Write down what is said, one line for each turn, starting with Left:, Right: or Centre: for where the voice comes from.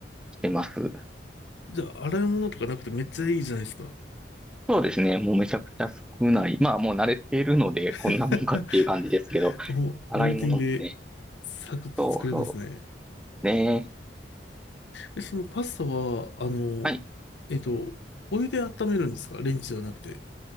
Centre: してます。
Left: じゃあ、洗い物とかなくてめっちゃいいじゃないですか。
Centre: そうですね、もうめちゃくちゃ少ない。まあ、もう慣れているので、
Left: <laughs>
Centre: こんなもんかっていう感じですけど、
Left: もう、
Centre: 洗い物もね、
Left: ルーティンで、サクッと作れますね。
Centre: そうそう、ね。
Left: え、そのパスタは、あの、
Centre: はい
Left: えっと、お湯で温めるんですかレンチじゃなくて。